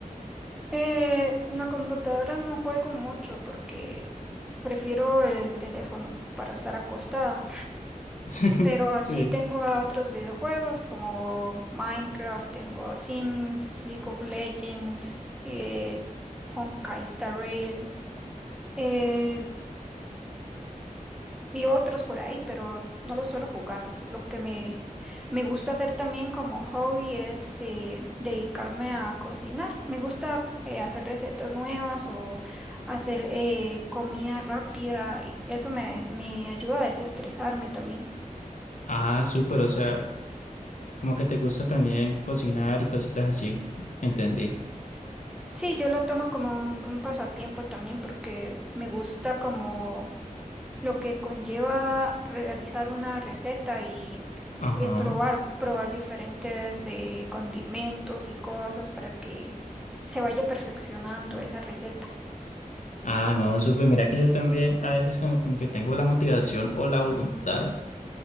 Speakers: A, in the centre; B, on the left.
A: Eh, en la computadora no juego mucho porque prefiero el teléfono para estar acostada,
B: <laughs>
A: pero así
B: Sí.
A: tengo a otros videojuegos como Minecraft, tengo Sims, League of Legends, eh, Honkai Star Rail. eh, y otros por ahí, pero no los suelo jugar. Lo que me, me gusta hacer también como hobby es eh, dedicarme a cocinar. Me gusta eh, hacer recetas nuevas o hacer eh, comida rápida y eso me, me ayuda a desestresarme también.
B: Ah, súper, o sea, Como que te gusta también cocinar y cositas así. Entendí.
A: Sí, yo lo tomo como un, un pasatiempo también porque me gusta como lo que conlleva realizar una receta y
B: Ajá.
A: eh, probar, probar diferentes eh, condimentos y cosas para que se vaya perfeccionando esa receta.
B: Ah, no, súper. Mira que yo también a veces como, como que tengo la motivación o la voluntad.